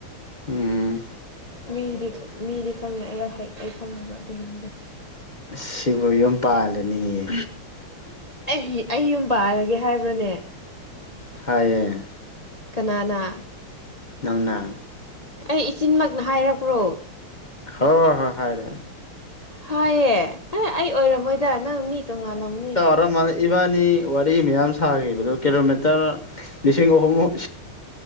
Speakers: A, on the left (about 35°); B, on the left (about 80°).
A: ꯎꯝ
B: ꯃꯤꯗꯤ ꯃꯤꯗꯤ ꯈꯪꯉꯦ ꯑꯩ ꯍꯩ ꯑꯩ ꯈꯪꯉꯗꯕ ꯑꯗꯨꯒꯤꯅꯤꯗ
A: ꯁꯤꯕꯨ ꯌꯨꯝ ꯄꯥꯜꯂꯅꯦꯌꯦ
B: ꯑꯦ ꯑꯩ ꯌꯨꯝ ꯄꯜꯔꯒꯦ ꯍꯥꯏꯕ꯭ꯔꯅꯦ
A: ꯍꯥꯏꯌꯦ
B: ꯀꯅꯥꯅ
A: ꯅꯪꯅ
B: ꯑꯩ ꯏꯆꯤꯟꯃꯛꯅ ꯍꯥꯏꯔꯛꯄ꯭ꯔꯣ
A: ꯍꯣꯏ ꯍꯣꯏ ꯍꯥꯏꯔꯦ
B: ꯍꯥꯏꯌꯦ ꯑꯦ ꯑꯩ ꯑꯣꯏꯔꯝꯃꯣꯏꯗ ꯅꯪ ꯃꯤ ꯇꯣꯡꯉꯥꯜꯂꯝꯃꯅꯤ
A: ꯅꯣꯃ ꯏꯕꯥꯅꯤ ꯋꯥꯔꯤ ꯃꯌꯥꯝ ꯁꯥꯈꯤꯕꯗꯣ ꯀꯤꯂꯣꯃꯤꯇꯔ ꯂꯤꯁꯤꯡ ꯑꯍꯨꯝꯃꯨꯛ